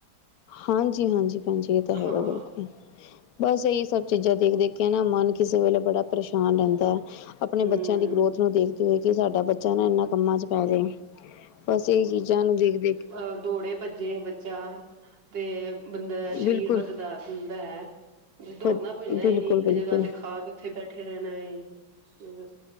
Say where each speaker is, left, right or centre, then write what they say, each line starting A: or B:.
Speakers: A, on the left; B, on the right.
A: ਹਾਂਜੀ-ਹਾਂਜੀ ਭੈਨਜੀ ਏ ਤਾਂ ਹੈਗਾ
B: ਹਾਂ
A: ਬਿਲਕੁਲ। ਬਸ ਏਈ ਸਬ ਚੀਜ਼ਾਂ ਦੇਖ-ਦੇਖ ਕੇ ਨਾ ਮਨ ਕਿਸੇ ਵੇਲੇ ਬੜਾ ਪਰੇਸ਼ਾਨ ਰੈਂਦਾ ਐਂ ਆ ਆਪਨੇ
B: ਹੂੰ
A: ਬੱਚੇਆਂ ਦੀ ਗਰੋਥ ਨੂੰ ਦੇਖਦੇ ਹੋਏ ਕਿ ਸਾਡਾ ਬੱਚਾ ਨਾ ਇੰਨਾਂ ਕੰਮਾਂ ਚ ਪੈ ਰੇ ਐ। ਬਸ ਇਹ ਚੀਜ਼ਾਂ ਨੂੰ ਦੇਖਦੇ-
B: ਅ ਦੌੜੇ ਭੱਜੇ ਬੱਚਾ ਤੇ- ਬੰਦਾ ਦਾ ਸਰੀਰ
A: ਬਿਲਕੁਲ
B: ਵੱਗਦਾ ਫੁੱਲਦਾ ਹੈ ਜੇ ਦੌੜਨਾ
A: ਬਿਲਕੁਲ
B: ਭੱਜਣਾ ਹੀ ਨੀ ਇੱਕ
A: ਬਿਲਕੁਲ
B: ਜਗਾ ਤੇ ਖਾ ਕੇ- ਉੱਥੇ ਬੈਠੇ ਰਹਿਣਾ ਏ ਤੇ ਬਸ